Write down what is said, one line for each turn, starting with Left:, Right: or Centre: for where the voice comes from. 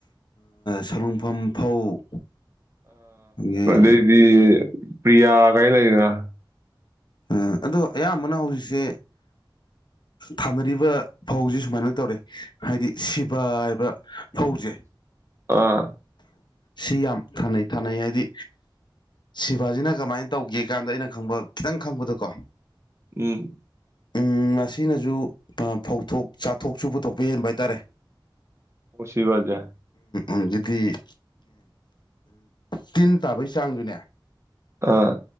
Left: ꯁꯂꯨꯡꯐꯝ ꯐꯧ ꯑꯗꯒꯤ
Right: ꯑꯗꯩꯗꯤ ꯄ꯭ꯔꯤꯌꯥ ꯀꯔꯤ ꯂꯩꯗꯅ
Left: ꯎꯝ ꯑꯗꯣ ꯑꯌꯥꯝꯕꯅ ꯍꯧꯖꯤꯛꯁꯦ ꯊꯥꯅꯔꯤꯕ ꯐꯧꯁꯦ ꯁꯨꯃꯥꯏꯅ ꯇꯧꯔꯦ ꯍꯥꯏꯗꯤ ꯁꯤꯕ ꯍꯥꯏꯕ ꯐꯧꯁꯦ
Right: ꯑꯥ
Left: ꯁꯤ ꯌꯥꯝ ꯈꯥꯅꯩ ꯊꯥꯅꯩ ꯍꯥꯏꯗꯤ ꯁꯤꯚꯥꯖꯤꯅ ꯀꯃꯥꯏꯅ ꯇꯧꯒꯦ ꯀꯥꯟꯗ ꯑꯩꯅ ꯈꯪꯕ ꯈꯤꯇꯪ ꯈꯪꯕꯗꯀꯣ
Right: ꯎꯝ
Left: ꯎ ꯃꯁꯤꯅꯁꯨ ꯐꯧꯊꯣꯛ ꯆꯥꯊꯣꯛꯁꯨ ꯄꯨꯊꯣꯛꯄ ꯍꯦꯟꯕ ꯍꯥꯏꯇꯥꯔꯦ
Right: ꯑꯣꯁꯤ ꯋꯥꯖꯦ
Left: ꯑꯗꯨꯗꯤ ꯇꯤꯟ ꯇꯥꯕꯩ ꯆꯥꯡꯗꯨꯅꯦ
Right: ꯑꯥ